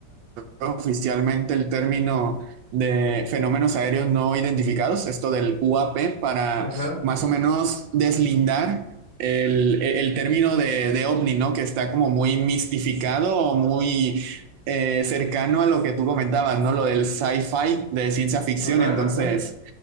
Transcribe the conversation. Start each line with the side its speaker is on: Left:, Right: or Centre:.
Right: oficialmente el término de fenómenos aéreos no identificados, esto del UAP, para
Left: Ajá,
Right: más o menos deslindar el, el término de, de ovni, ¿no? Que está como muy mistificado o muy eh, cercano a lo que tú comentabas, ¿no? Lo del sci-fi, de ciencia ficción.
Left: ajá,
Right: Entonces,
Left: ajá,